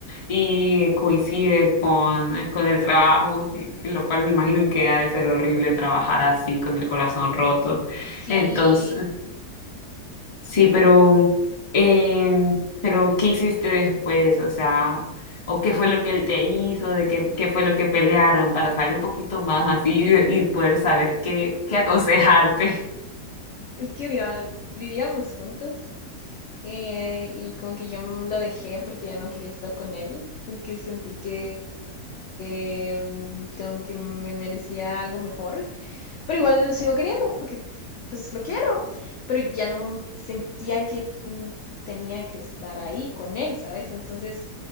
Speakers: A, on the left; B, on the left.
A: y coincide con, con el trabajo, y- lo cual me imagino que ha de ser horrible trabajar así con el corazón roto.
B: Sí,
A: Entonces. Sí, pero, eh, pero ¿qué hiciste después? O sea, ¿o qué fue lo que él te hizo? ¿De qué, qué fue lo que pelearon? Para saber un poquito más así y, y poder saber qué, qué aconsejarte.
B: es que mira, vivíamos juntos eh, y como que yo m- lo dejé porque ya no quería estar con él, como que sentí que eh, como que me merecía algo mejor. Pero igual lo sigo queriendo porque pues lo quiero. Pero ya no sentía que tenía que estar ahí con él, ¿sabes? Entonces